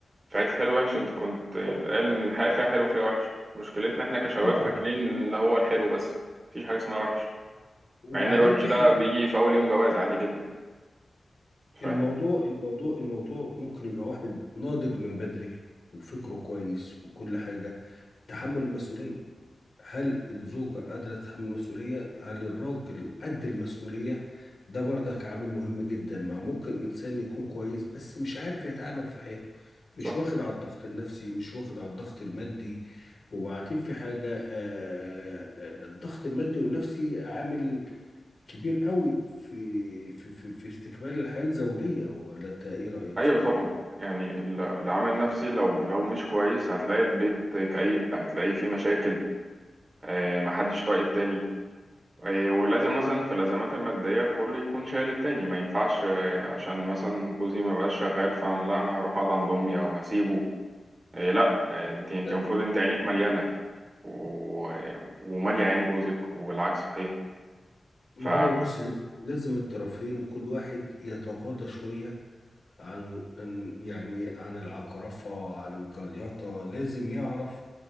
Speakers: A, on the right; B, on the left.
A: في عيلة الحلو وحش انت كنت قال ان الحياة فيها حلو وفيها وحش مشكلتنا احنا كشباب
B: طبعا
A: فاكرين اللي هو الحلو بس مفيش حاجة اسمها وحش
B: وبعدين
A: مع ان الوحش
B: في
A: ده
B: حاجة
A: بيجي في اول يوم جواز عادي جدا فاهم
B: الموضوع الموضوع الموضوع ممكن يبقى واحد ناضج من بدري وفكره كويس وكل حاجة تحمل المسؤولية هل الزوجة قادرة تتحمل المسؤولية؟ هل الراجل قد المسؤولية؟ ده برضك عامل مهم جدا ما ممكن إنسان يكون كويس بس مش عارف يتعامل في حياته مش
A: صح
B: واخد على الضغط النفسي مش واخد على الضغط المادي وبعدين في حاجة آه، آه، الضغط المادي والنفسي عامل كبير قوي في في في في استكمال الحياة الزوجية ولا أنت إيه رأيك
A: ايوه
B: في الموضوع؟
A: طبعا يعني ال- العامل النفسي لو لو مش كويس هتلاقي البيت كئيب هتلاقيه فيه مشاكل اه محدش طايق التاني اه ولازم مثلا في الازمات المادية كله يكون شايل التاني ما ينفعش اه عشان مثلا جوزي ما بقاش شغال فلا انا هروح اقعد عند امي او هسيبه اه لا اه انت انت
B: لا
A: المفروض انت عينيك مليانة و... ومالية عين جوزك والعكس صحيح
B: ما
A: ف
B: هو بص لازم لازم الطرفين كل واحد يتغاضى شوية عن عن- يعني عن العجرفة عن الجليطة لازم يعرف